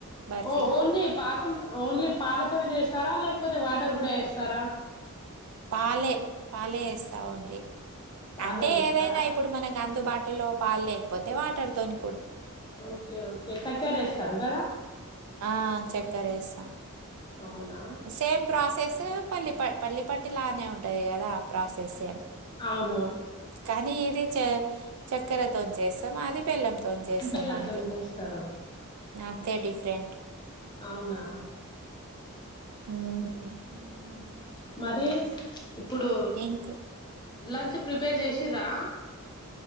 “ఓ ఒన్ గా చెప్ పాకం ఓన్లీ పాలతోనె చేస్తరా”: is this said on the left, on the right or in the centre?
Left